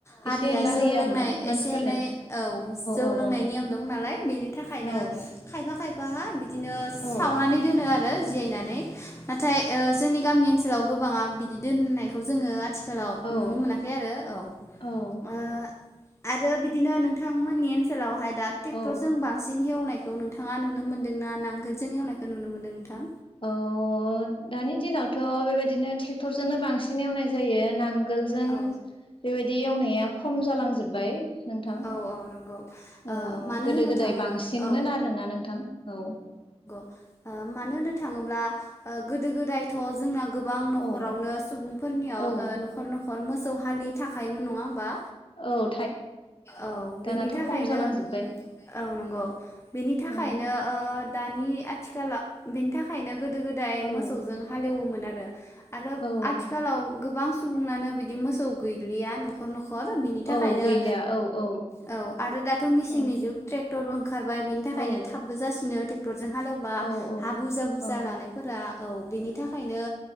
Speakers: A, on the left; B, on the left.
A: हारिया
B: एसे एनला
A: जौ
B: होयो
A: लोंनाय
B: आरोना मानसिफोरनो
A: एसे एनै औ जौ
B: औ
A: लोंनाय
B: औ
A: नियम दं नालाय बेनि थाखायनो
B: औ
A: खायफा खायफा बिदिनो
B: औ
A: सावनानै दोनो आरो आरो <inaudible> जियायनानै नाथाय जोंनि गामियानो <inaudible> आथिखालाव गोबाङा बिदि दोन्नायखौ जोङो आथिखाल लाव
B: औ
A: नुनो मोनाखै आरो औ ओ
B: औ
A: आरो बिदिनो नोंथांमोननि ओनसोलावहाय दा ट्रेक्टरजों
B: औ
A: बांसिन बेन एवनायखौ नोंथाङा नुनो मोनदोंनाा नांगोलजों एवनायखौ नुनो मोन्दों नोंथां
B: अ दानि दिनावथ' बेबायदिनो ट्रेक्टरजोंनो बांसिन एवनाय जायो नांगोलजों
A: औ
B: बेबायदि बेे एवनाया खम जालांजोबबाय नोंथां
A: औ औ नंगौ ओ
B: औ
A: मानो
B: गोदो
A: होनो
B: गोदाय
A: थाङो
B: बांसिनमोन
A: औ
B: आरोना नोंथां औ
A: ओ मानो होननो थाङोब्ला ओ गोदो गोदायथ' जोंना गोबां न'खरावनो
B: औ
A: सुबुंफोरनियाव
B: औ
A: ओ न'खर न'खर हर मोसौ हालि थाखायमोन नङा होमबा
B: औ
A: औ
B: दानाथ'
A: बेनि थाखायनो
B: खम जालांजोब्बाय
A: औ नंगौ बेनि थाखायनो
B: औ
A: <inaudible> दानि आथिखालाव बेनि थाखायनो गोदो गोदाय
B: औ
A: मोसौजों हालेव मोन आरो आरो
B: औ
A: आथिखालाव गोबां सुबुनानो बिदि मोसौ गैलिया न'खर न'खर हर बिनि थाखायनो
B: औ गैला औ औ
A: औ आरो दाथ' मिसिननि
B: औ
A: जुग <inaudible> ओंखारबाय बेनि थाखायनो
B: औ
A: थाबबो जासिनो। जों हालेवा
B: औ
A: हा बुरजा बुरजा
B: औ
A: लानायफोरा औ बेनि थाखायनो